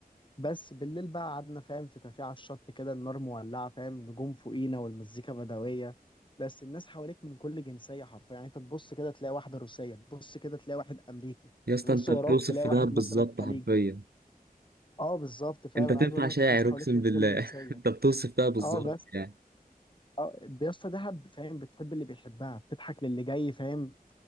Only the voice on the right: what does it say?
يا اسطى
انت
بتوصف
في
دهب
بالظبط
حرفيا
انت
تنفع
شاعر
اقسم
بالله
<laughs> انت بتوصف فيها بالظبط
يعني